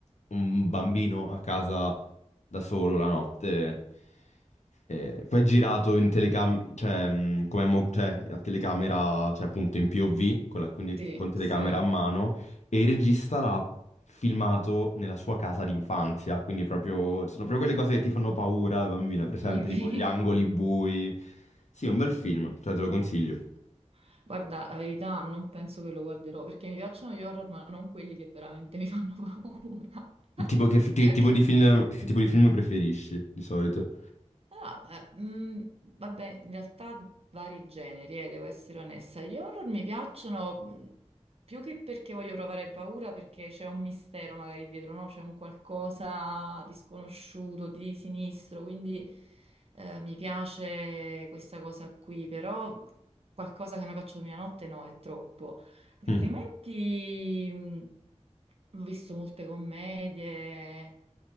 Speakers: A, on the left; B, on the right.
A: un bambino a casa da solo la notte. Eh, poi è girato in telecamera, cioè, mh, come mo- cioè, a telecamera, cioè appunto in POV, con la- quindi
B: Sì,
A: con telecamera
B: sì,
A: a mano, e il regista l'ha filmato nella sua casa d'infanzia, quindi proprio, sono proprio quelle cose che ti fanno paura da bambina, presente,
B: creepy.
A: tipo gli angoli bui. Sì, è un bel film, cioè te lo consiglio.
B: <laughs> Guarda, la verità, non penso che lo guarderò perché mi piacciono gli horror, ma non quelli che veramente mi fanno paura. <laughs>
A: Tipo che, fi- che tipo di film, che tipo di film preferisci di solito?
B: Ah, beh, mm, vabbè, in realtà vari generi, eh, devo essere onesta. Gli horror mi piacciono mm, più che perché voglio provare paura, perché c'è un mistero magari dietro, no? C'è un qualcosa di sconosciuto, di sinistro, quindi eh, mi piace questa cosa qui, però qualcosa che non faccio mia notte no, è troppo. Altrimenti
A: Mhm,
B: mm, ho visto molte commedie